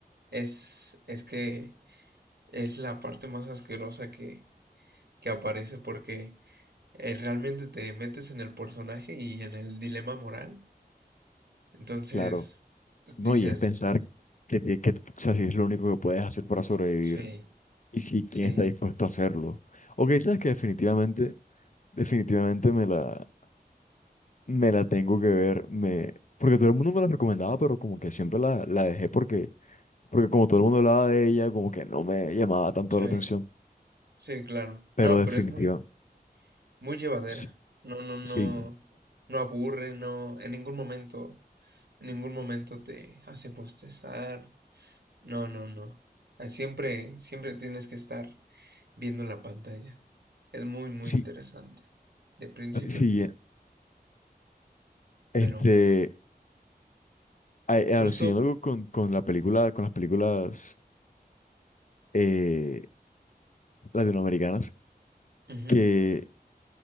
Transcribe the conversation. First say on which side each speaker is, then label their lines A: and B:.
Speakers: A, on the right (about 80°); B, on the left (about 50°).
A: Es, es que es la parte más asquerosa que, que aparece porque eh, realmente te metes en el personaje y en el dilema moral. Entonces
B: Claro. No,
A: dices,
B: y es pensar
A: pues
B: que, tie- que, o sea, si es lo único que puedes hacer para sobrevivir
A: sí,
B: y si quién
A: sí,
B: está dispuesto a hacerlo. Ok, sabes que definitivamente, definitivamente me la, me la tengo que ver, me, porque todo el mundo me la recomendaba, pero como que siempre la, la dejé porque, porque como todo el mundo hablaba de ella, como que no me llamaba tanto
A: sí,
B: la atención,
A: sí, claro.
B: pero
A: No,
B: definitiva,
A: pero es muy, muy llevadera.
B: sí,
A: No, no, no,
B: sí,
A: no aburre, no, en ningún momento, en ningún momento te hace postezar No, no, no. Ah, Siempre, siempre tienes que estar viendo la pantalla. Es muy, muy
B: sí,
A: interesante, de principio
B: sí,
A: a fin.
B: eh, sí, este,
A: Pero
B: a-
A: justo
B: a- siguiendo con, con la película, con las películas eh, latinoamericanas.
A: ujú,
B: que,